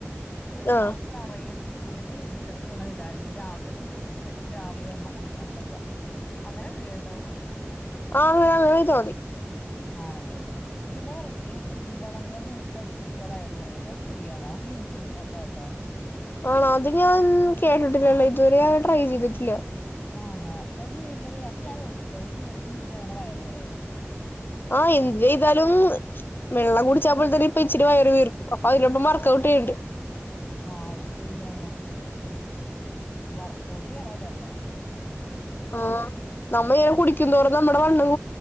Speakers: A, on the left; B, on the left.
A: ഒരു ഗ്ലാസ്
B: ആഹ്
A: കറേസ് സ്ൂണിൽ എടുത്തിട്ട് വേണം ഇടാനിട്ട് രാത്രി പുതുക്കി വെച്ചിട്ട് രാവിലെ ആവുമ്പോ കുടിക്കണംന്നക്ക അങ്ങനെ എന്ത് ചെയ്യണ്ടോ
B: ആ വത വ തോതി
A: ആണല്ലേ പിന്നെ പറയല ഇങ്ങനെ ചുമമ്പളങ്ങങ് ജ്യൂസ് അടിച്ച് കുടിച്ച വയറ് കുറയുന്നത് ശരിയാണാ യൂട്യൂബിൽ കണ്ട കേട്ടോ
B: ആണോ അത് ഞാൻ കേട്ടിട്ടില്ലല്ലോ ഇതുവരെ ഞൻ ട്രൈ ചെയ്തിട്ടില്ല
A: ആണ അത് എങ്ങനെയ അപ്പൊ ഞാൻ കൊടുത്തട്ട ഒരു ജൂസ് കുിച്ച അങ്ങനെ വയറ് കുറയണാണ്
B: ആഹ എന്ത് ചെയ്താലും വെള്ളം കുടിച്ച പോലെ തന്നെ ഇപ്പ ഇച്ചിരി വയറ് വീർക്കും അപ്പൊ അതിനൊപ്പം വർക്കഔട്ട് അണ്ട്
A: ആഹ അത് ശരിയ വർക്കോട്ട്ിയണല്ലേപ്പ
B: ആ് നമ്മള ഇങ്ങനെ കുടിക്കുംന്തോറ നമ്മുടെ വണ്